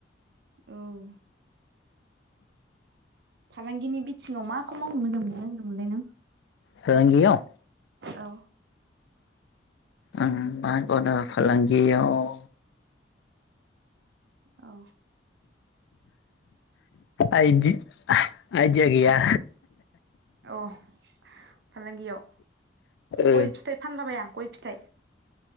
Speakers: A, on the right (about 65°); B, on the left (about 65°).
A: औ फालांगिनि बिथिङाव माखौ मावनो मोजां मोनो होनदोंमोनलाय नों?
B: फालांगियाव।
A: औ
B: आं मागना फालांगियाव।
A: औ
B: आइदि आइदिया गैया।
A: औ फालांगियाव
B: ओ
A: गय फिथाइ फानलाबाया गय फिथाइ?